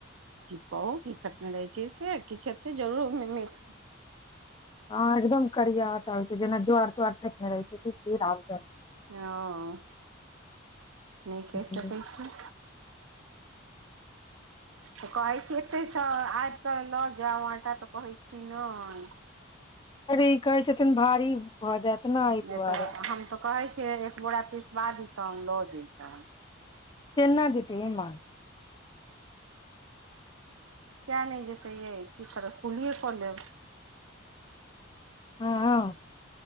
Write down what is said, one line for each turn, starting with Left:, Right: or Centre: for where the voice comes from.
Right: की कहू की फेटने रहै छैय से किछु हतै जरूर ओहिमे मिक्स
Left: हँ एकदम करिया आटा होइ छैय जेना ज्वार तवार फेटने रहै छैय की कि राम जाने
Right: हँ नहि
Left: जाने
Right: कहि सकै छी त कहै छि एतैसे त आब कऽ लऽ जाउ आटा तऽ कहै छी नयि
Left: अरे ई कहै छथिन भारी भऽ जायत ने एहि
Right: नहि
Left: दुआरे
Right: तऽ हम तऽ कहै छी एक बोरा पिसबा देतौ लऽ जैतो
Left: केना जैतइ इमहर
Right: किया नहि जेतै य की कररह कुलिए कऽ लेब
Left: हाँ